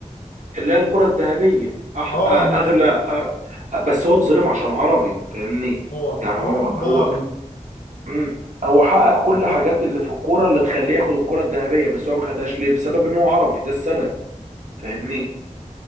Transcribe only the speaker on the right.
اللي هي الكره الذهبيه أح...
آه،
اغلى آه، آه، بس هو اتظلم عشان عربي فاهمني
يعني
هو
هو
مم، هو حقق كل حاجات
اللي في الكوره اللي تخليه ياخد الكره الذهبيه بس هو ما خدهاش ليه بسبب ان هو عربي ده السبب فاهمني